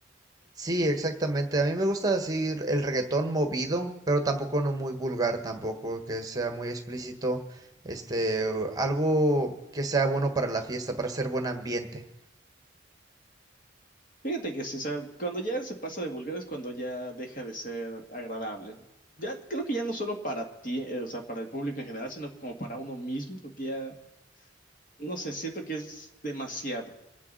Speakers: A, on the right; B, on the left.
A: Sí, exactamente. A mí me gusta así el reggaetón movido, pero tampoco no muy vulgar tampoco, que sea muy explícito, este, algo que sea bueno para la fiesta, para hacer buen ambiente.
B: Fíjate que sí, o sea, cuando ya se pasa de vulgar es cuando ya deja de ser agradable. Ya creo que ya no solo para ti, eh, o sea, para el público en general, sino como para uno mismo, porque ya, no sé, siento que es demasiado.